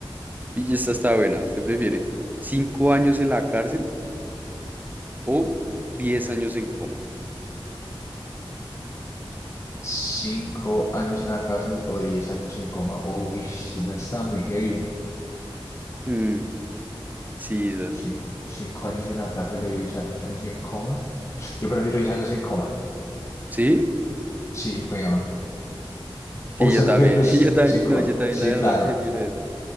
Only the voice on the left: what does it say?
Cinco años en la cárcel o diez años en coma. Uy, sí, no está muy heavy.
Cin- cinco años en la cárcel o diez años en coma. Yo prefiero diez años en coma.
Sí, weón.
¿O usted
prefiere los
cinco?
Sí,
claro.